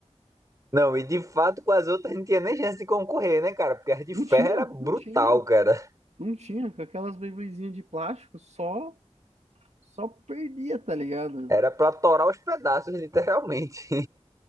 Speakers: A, on the right; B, on the right.
A: Não, e de fato com as outras não tinha nem chance de concorrer, né, cara? Porque
B: <laughs>
A: as de
B: não
A: ferro
B: tinha,
A: era brutal,
B: não tinha,
A: cara.
B: não tinha. Com aquelas Beybladezinhas de plástico, só, só perdia, tá ligado?
A: Era pra torar os pedaços, literalmente.